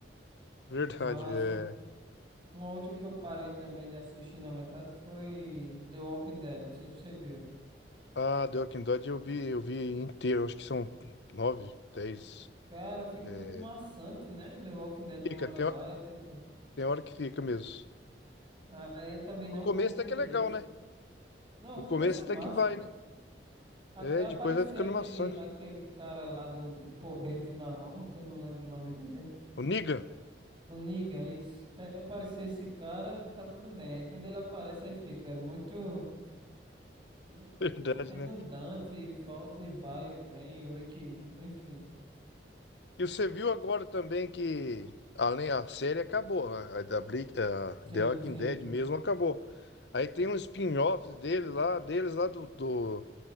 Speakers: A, on the left; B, on the right.
A: Verdade.
B: Mas
A: É...
B: um- uma outra que eu parei também de assistir na metade foi The Walking Dead. Não sei se você viu.
A: Ah, The Walking Dead eu vi, eu vi inteiro. Acho que são nove, dez.
B: Cara, fica
A: É,
B: muito maçante, né? The Walking Dead uma
A: Fica,
B: hora
A: tem,
B: lá
A: hora-
B: e tipo.
A: tem hora que fica mesmo.
B: Aí eu também
A: O
B: não
A: começo
B: concluí
A: até que é legal,
B: esse.
A: né?
B: Não,
A: O
B: começa
A: começo
B: massa.
A: até que vai, né?
B: Até
A: É,
B: aparecer
A: depois vai ficando
B: aquele,
A: maçante.
B: aquele cara lá do, do porrete na mão, que eu não lembro o nome dele.
A: O Negan,
B: O Negan, isso. Até aparecer esse cara, tá tudo bem. Aí quando ele aparece, aí fica muito, muito
A: <laughs> verdade,
B: redundante,
A: né?
B: volta e vai, vem, Rick, enfim.
A: E você viu agora também que além a série acabou, né? a, a, da Bre- a
B: Sim,
A: The Walking
B: sim.
A: Dead mesmo acabou. Aí tem um spin-off deles lá, deles lá do, do